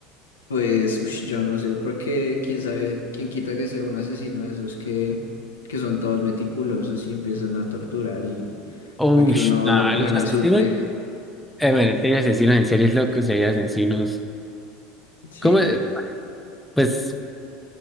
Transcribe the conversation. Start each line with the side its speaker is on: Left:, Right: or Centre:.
Left: Pues, ush, yo no sé, porque quién sabe, quién quita que sea un asesino de esos que, que son todos meticulosos y empiezan a torturar y
Centre: Uy,
Left: a que uno
Centre: nada,
Left: lo pongan
Centre: los
Left: a
Centre: asesinos.
Left: sufrir.
Centre: Eh, bueno, es que hay asesinos en series locos y hay asesinos.
Left: Sí.
Centre: ¿Cómo? eh, Pues